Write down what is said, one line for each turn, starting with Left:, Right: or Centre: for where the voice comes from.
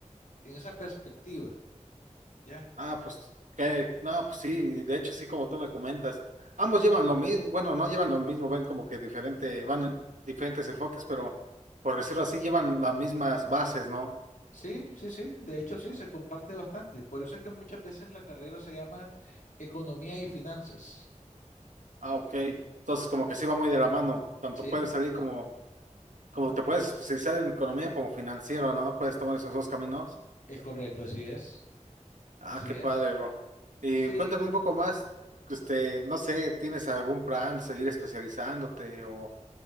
Left: en esa perspectiva, ¿ya?
Right: Ah, pues, que, no, pues sí, de hecho sí, como tú me comentas. Ambos llevan lo mismo, bueno, no llevan lo mismo, ven como que diferente, van en diferentes enfoques, pero por decirlo así, llevan las mismas bases, ¿no?
Left: Sí, sí, sí, de hecho sí, se comparte bastante, por eso es que muchas veces la carrera se llama economía y finanzas,
Right: Ah, ok. Entonces, como que sí va muy de la mano. Tanto
Left: ¿sí?
Right: puedes salir como, como te puedes especializar en economía como financiero, ¿no? Puedes tomar esos dos caminos.
Left: Es correcto, así es,
Right: Ah,
Left: así
Right: qué padre,
Left: es,
Right: bro. Y
Left: sí,
Right: cuéntame un poco más, este, no sé, ¿tienes algún plan, seguir especializándote o,